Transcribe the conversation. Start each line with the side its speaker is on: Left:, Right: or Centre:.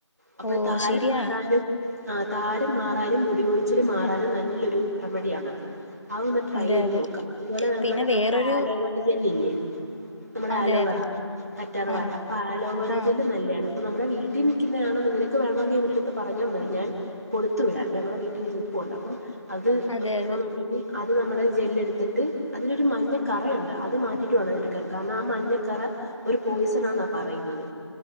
Right: അപ്പൊ
Left: ഓ
Right: ഈ താരൻ
Left: ശരിയാണ്
Right: മാറാനും- ആ താരൻ മാറാനും മുടികൊഴിച്ചില് മാറാനും നല്ലൊരു റെമഡിയാണത് അതൊന്ന് ട്രൈ
Left: അതെ
Right: ചെയ്ത്
Left: അതെ
Right: നോക്കാ. അതുപോലെ നമ്മുടെ
Left: പിന്നെ
Right: നമ്മുടെ
Left: വേറൊരു
Right: ആലോവേര ജെല്ല് ഇല്ലേ. നമ്മുടെ
Left: അതെ
Right: ആലോവെറ
Left: അതെ
Right: കറ്റാർ വാഴ
Left: ആഹ്
Right: അപ്പൊ ആലോവെറ
Left: ആഹ്
Right: നല്ലെയാണ്. ഇപ്പ നമ്മുടെ വീട്ടി നിക്ക്ന്നെയാണെന്ന് നിനക്ക് വേണങ്കി ഇവരടുത്ത് പറഞ്ഞാ മതി ഞാൻ കൊടുത്തു വിടാൻ. ഞങ്ങടെ വീട്ടി നിപ്പുണ്ട്. അപ്പം അത്
Left: അതെ
Right: വേണോന്നുണ്ടെങ്കി
Left: അതെ
Right: അത് നമ്മുടെ ജെല്ലെടുത്തിട്ട് അതിലൊരു മഞ്ഞക്കറയുണ്ട് അത് മാറ്റിയിട്ട് വേണം എടുക്കാൻ. കാരണം ആ മഞ്ഞക്കറ ഒരു പോയ്സണാന്നാ പറയുന്നത്.